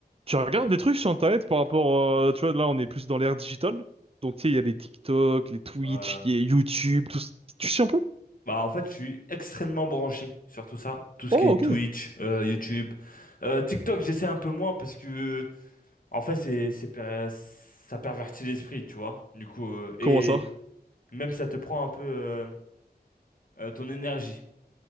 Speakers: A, on the right (about 35°); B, on the left (about 55°).
A: Tu regardes des trucs sur Internet par rapport, euh, tu vois, là on est plus dans l'ère digitale. Donc tu sais, il y a les TikTok, les Twitch,
B: Euh,
A: il y a YouTube, tout ça. Tu sais un peu?
B: bah en fait, je suis extrêmement branché sur tout ça, tout ce
A: Oh
B: qui est
A: ok.
B: Twitch, euh, YouTube, Euh, TikTok. J'essaie un peu moins parce que en fait, c'est c'est per- ça pervertit l'esprit, tu vois. Du coup, euh, et
A: Comment ça?
B: même ça te prend un peu euh, euh, ton énergie,